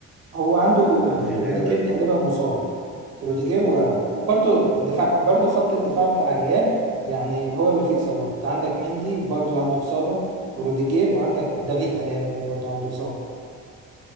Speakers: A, on the right; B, in the centre.
A: هو عنده
B: آه،
A: آه،
B: في غيابات
A: روديجير تقريبا
B: برضه
A: مصاب روديجير و- وبرضه دفاع برضه خط الدفاع بتاع الريال يعني هو اللي فيه إصابات عندك مندي برضه عنده إصابة وروديجير وعندك دافيد ألابا برضه عنده إصابة